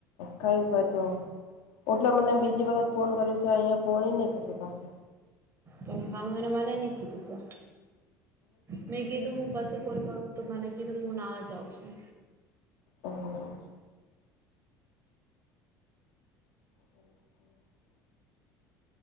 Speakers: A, on the left (about 60°); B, on the right (about 25°).
A: કઈ વાતો ઓટલે મને બીજી વખત ફોન કર્યો છે અહીંયા ફોન નનેં કર્યું પાછું
B: ને ખ એને મનેખીધું તો મે કીધું મુું પાસે કોલ તો મને કીધું કે હું નાવા જઉ છું
A: અને હમા